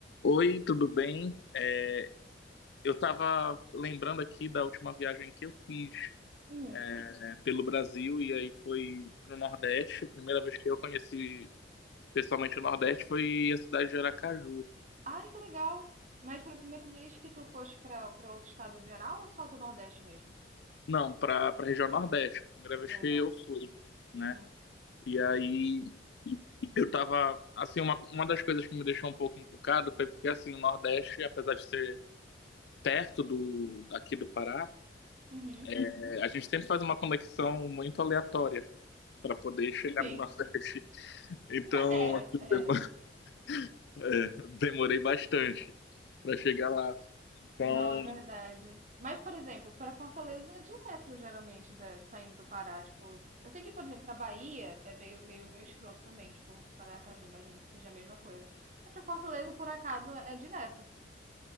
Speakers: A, on the left; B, on the right.
A: Oi, tudo bem? É, eu estava lembrando aqui da última viagem que eu fiz,
B: Hum.
A: né, pelo Brasil e aí foi para o Nordeste. A primeira vez que eu conheci pessoalmente o Nordeste foi a cidade de Aracaju.
B: Ai, que legal! Mas foi a primeira vez que tu foste pra para outro estado no geral ou só do Nordeste mesmo?
A: Não, para para a região Nordeste, primeira vez
B: Legal.
A: que eu fui,
B: Uhum.
A: né? E aí eu tava, assim, uma, uma das coisas que me deixou um pouco encucado foi porque, assim, o Nordeste, apesar de ser perto do, aqui do Pará,
B: Uhum.
A: é, a gente sempre faz uma conexão muito aleatória. para poder chegar
B: Sim.
A: no Nordeste. <laughs> Então,
B: Não, é,
A: assim,
B: é.
A: demo- <laughs> é, demorei bastante para chegar lá. Então,
B: Não é verdade. Mas, por exemplo, pra Fortaleza é direto, geralmente, da- saindo do Pará. Tipo, eu sei que, por exemplo, pra Bahia é meio, meio, meio escroto também. Tipo, Paracaju, imagino que seja a mesma coisa. Mas pra Fortaleza, por acaso, é direto.